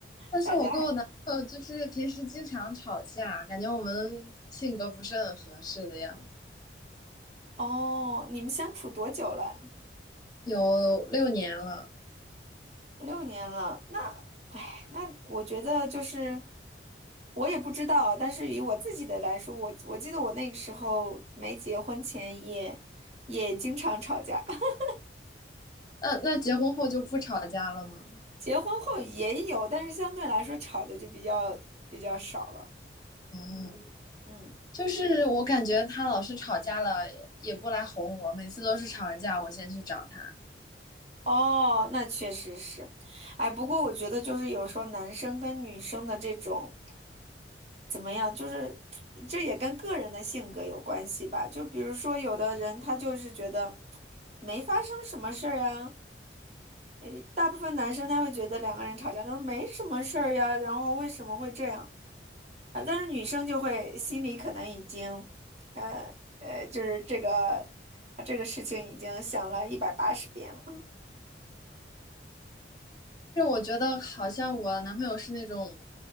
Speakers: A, on the left (about 20°); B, on the right (about 35°).
A: 但是我跟我男朋友就是平时经常吵架，
B: 大家。
A: 感觉我们性格不是很合适的样子。
B: 哦，你们相处多久了？
A: 有六年了，
B: 六年了。那，哎，那我觉得就是，我也不知道，但是以我自己的来说，我我记得我那个时候没结婚前也也经常吵架，<laughs>
A: 那那结婚后就不吵架了吗？
B: 结婚后也有，但是相对来说吵的就比较比较少了。
A: 哦，
B: 嗯，
A: 就是我感觉他老是吵架了，也不来哄我，每次都是吵完架我先去找他，
B: 哦，那确实是，哎，不过我觉得就是有时候男生跟女生的这种。怎么样？就是这也跟个人的性格有关系吧。就比如说，有的人他就是觉得没发生什么事儿啊。诶，大部分男生他会觉得两个人吵架都是没什么事儿呀，然后为什么会这样啊？但是女生就会心里可能已经，呃呃，就是这个这个事情已经想了一百八十遍了。
A: 就我觉得好像我男朋友是那种